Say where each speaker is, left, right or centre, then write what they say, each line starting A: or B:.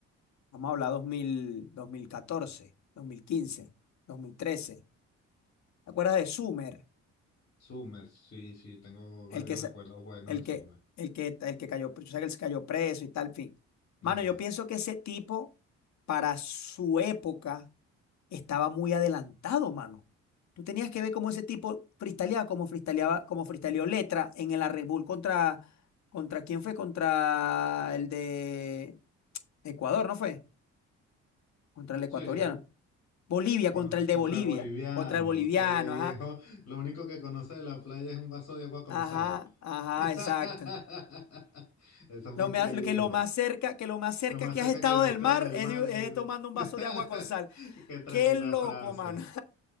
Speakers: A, on the left; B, on the left.
A: Vamos a hablar dos dos dos mil mil mil catorce, quince, dos mil trece. ¿Te acuerdas de Sumer?
B: Summers, sí, sí, tengo varios
A: El que, sa-
B: recuerdos buenos
A: el
B: de
A: que,
B: Summers.
A: el que, el que cayó, pre- o sea, que él se cayó preso y tal, en fin. Mano,
B: Ajá.
A: yo pienso que ese tipo, para su época, estaba muy adelantado, mano. Tú tenías que ver cómo ese tipo freestyleaba, como freestyleaba, como freestyleó Letra en el Red Bull contra, contra quién fue, contra el de Ecuador, ¿no fue? Contra el ecuatoriano.
B: Sí,
A: Bolivia,
B: con-
A: contra el
B: contra
A: de Bolivia,
B: el boliviano,
A: contra el boliviano,
B: que le dijo,
A: ajá,
B: lo único que conoce de la playa es un vaso de agua con
A: ajá,
B: sal.
A: ajá,
B: <laughs>
A: exacto.
B: Eso
A: Lo,
B: fue increíble.
A: mea- lo que lo más cerca, que lo más cerca
B: Es más
A: que
B: cerca
A: has estado
B: que el
A: del
B: estado
A: mar
B: del
A: es,
B: mar.
A: de-
B: es-
A: es tomando un
B: <laughs>
A: vaso de agua con sal.
B: Qué tremenda
A: Qué loco,
B: frase.
A: mano.